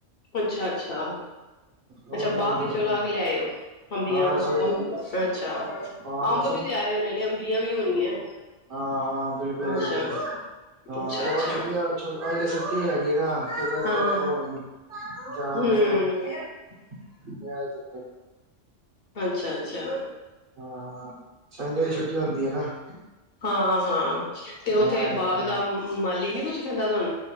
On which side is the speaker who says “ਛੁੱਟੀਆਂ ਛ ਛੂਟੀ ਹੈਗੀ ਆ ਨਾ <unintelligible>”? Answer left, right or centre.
Right